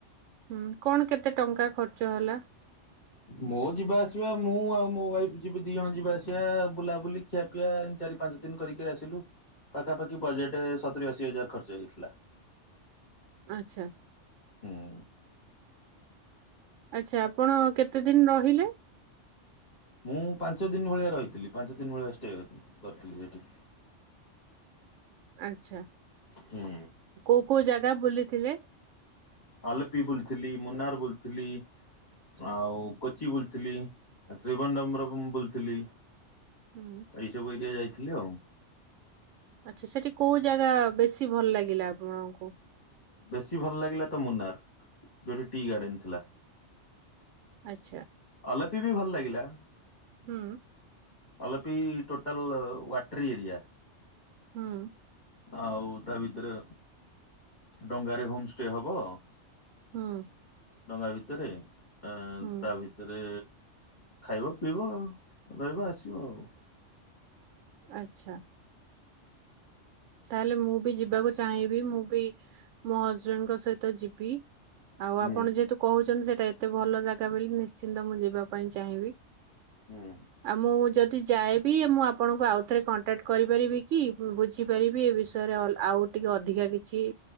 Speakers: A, on the right; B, on the left.
A: ହୁଁ କଣ କେତେ ଟଙ୍କା ଖର୍ଚ୍ଚ ହେଲା?
B: ମୋ ଯିବା ଆସିବା ମୁଁ ଆଉ ମୋ ୱାଇଫ ଯିବି ଦି ଜଣ ଯିବା ଆସିବା ବୁଲାବୁଲି ଖିଆ ପିଆ ଚାରି ପାଞ୍ଚ ଦିନ କରିକି ଆସିଲୁ ପାଖାପାଖି ବଜେଟ ସତୁର ଅଶୀ ହଜାର ଖର୍ଚ୍ଚ ହେଇଯାଇଥିଲା।
A: ଆଚ୍ଛା।
B: ହଁ।
A: ଆଚ୍ଛା ଆପଣ କେତେ ଦିନି ରହିଲେ?
B: ମୁଁ ପାଞ୍ଚ ଦିନ ଭଳିଆ ରହିଥିଲି ପାଞ୍ଚ ଦିନ ଭଳିଆ ଷ୍ଟେ କରିଥିଲି ସେଠି।
A: ଆଚ୍ଛା।
B: ହୁଁ।
A: କୋଉ କୋଉ ଜାଗା ବୁଲିଥିଲେ?
B: ଆଲପି ବୁଲିଥିଲି ମୁନାର ବୁଲିଥିଲି ଆଉ କୋଚି ବୁଲିଥିଲି ଆଉ ତ୍ରିବନବରମ୍ ବୁଲିଥିଲି।
A: ହୁଁ।
B: ଏଇ ସବୁ ଏରିଆ ଯାଇଥିଲି ଆଉ।
A: ଆଚ୍ଛା ସେଠି କୋଉ ଜାଗା ବେଶୀ ଭଲ ଲାଗିଲା ଆପଣଙ୍କୁ?
B: ବେଶୀ ଭଲ ଲାଗିଲାତ ମୁନାର ଯୋଉଠି ଟି ଗାର୍ଡେନ ଥିଲା।
A: ଆଚ୍ଛା।
B: ଅଲପିବି ଭଲ ଲାଗିଲା।
A: ହୁଁ।
B: ଆଲୋପି ଟୋଟଲ ୱାଟର ଏରିଆ।
A: ହୁଁ
B: ଆଉ ତା ଭିତରେ ଡଙ୍ଗାରେ ହୋମ ଷ୍ଟେ ହବ।
A: ହୁଁ।
B: ଡଙ୍ଗା ଭିତରେ ଅ
A: ହୁଁ
B: ତା ଭିତ ସେଥିରେ ଖାଇବ ପିଇବ ରହିବ ଆସିବ ଆଉ।
A: ଆଛା। ତାହେଲେ ମୁଁ ବି ଯିବାକୁ ଚାହିଁବି ମୁଁ ବି ମୋ ହଜବେଣ୍ଡଙ୍କ ସହିତ ଯିବି। ଆଉ
B: ହୁଁ
A: ଆପଣ ଯେହେତୁ କହୁଚନ୍ତି ସେଇଟା ଏତେ ଭଲ ଜାଗା ବୋଲି ନିଶ୍ଚିନ୍ତ ମୁଁ ଯିବା ପାଇଁ ଚାହିଁବି।
B: ହୁଁ।
A: ଆଉ ମୁଁ ଯଦି ଯାଏବି ମୁଁ ଆପଣଙ୍କୁ ଆଉଥରେ କଣ୍ଟାକ୍ଟ କରିପାରିବି କି ବୁଝି ପାରିବି ଏ ବିଷୟରେ ଅଲ ଆଉ ଟିକେ ଅଧିକା କିଛି